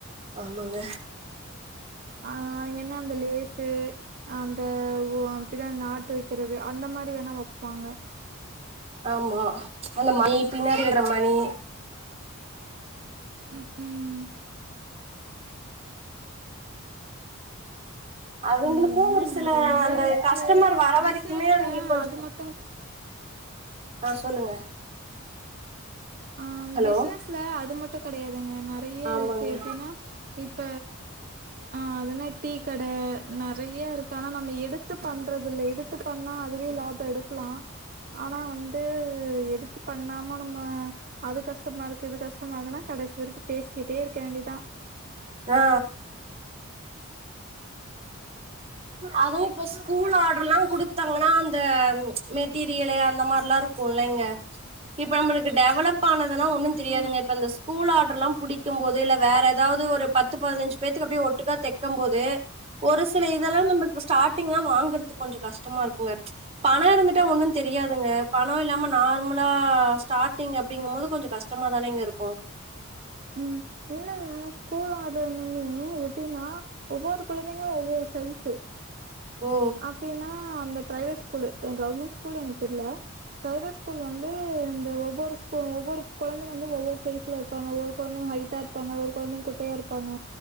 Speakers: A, on the right; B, on the right.
A: ஆமாங்க
B: அ அவங்க என்ன அந்த லேசு அந்த ஒ பின்ன நாட்டு வைக் கிறது அந்த மாரி வேணா வைப்பாங்க
A: ஆமா அந்த மணி பின்னாடி கட்டுற மணி
B: ம் ம்
A: அவங்களுக்கு
B: ஆ என்ன
A: ஒரு சில
B: நெறைய
A: அந்த
B: இருக்கு.
A: கஸ்டமர் வர வரைக்குமே
B: பிசினஸ்ல
A: அவங்களுக்கு கொஞ்சோ
B: அது மட்டும்
A: ஆ சொல்லுங்க
B: ஆ
A: ஹலோ
B: பிசினஸ்ல அது மட்டும் கெடையாதுங்க நெறையா
A: ஆமாங்க
B: இருக்கு எப்டின்னா இப்ப ஆ அதனா டீ கடை நெறையா இருக்கு ஆனா நம்ம எடுத்து பண்றது இல எடு த்து பண்ணா அதுவே லாப எடுக்கலா ஆனா வந்து எடுத் பண்ணாமோ நம்ம அது கஷ்டமா இருக்கு இது கஷ் டமானதுனா கடைசி வரைக்கு பேசிக்கிட்டே இருக்க வேண்டியதா
A: ஆ அவுங்க இப்போ ஸ்கூல் ஆர்டர் எல்லா குடுத்தாங்கன்னா அந்த ச்சு மெட்டீரியல அந்த மாதிரல்லா இருக்கு புள்ளைங்க இப்ப நம்மளுக்கு டெவலப் ஆனதுனா ஒன்னு தெரியாதுங்க
B: ம்
A: இப்ப இந்த ஸ்கூல் ஆர்டல்லா புடிக் க்கும் போது இல்ல வேற ஏதாவது ஒரு பத்து பதினஞ்சு பேத்துக்கு அப்டியே ஒட்டுக்கா தைக்கும் போது ஒரு சில இதெல்லா நம்ம இப்ப ஸ்டார்டிங் லா வாங்குறது கொஞ்சோ கஷ்டமா இருங்க ச்சு பணம் இருந்துட்டா ஒன்னு தெரியாதுங்க பணம் இல்லாம நார்மலா ஸ்டார்டிங் அப்டிங்கு போது கொஞ்சோ கஷ் கஷ்டமா தானேங்க இருக்கு
B: ம் இல்லாம்மா ஸ்கூல் ஆர்டருமே எப்டின்னா ஒவ்வொரு கொழந்தைங்கைலும் ஒவ்வொரு சைஸு ச்சு
A: ஓ
B: அப்டின்னா அந்த பிரைவேட் ஸ்கூல்லு கவர்மெண்ட் ஸ்கூல்லு எனக்கு தெரியில பிரைவேட் ஸ்கூல் வந்து இந்த ஒவ்வொரு ஸ்கூல் ஒவ்வொரு கொழந்தைங்க வந்து ஒவ்வொரு சைஸ்ல இருப்பாங்க ஒரு கொழந்தைங்க ஹைட்டா இருப்பாங்க ஒரு கொழந்தைங்க குட்டையா இருப்பங்க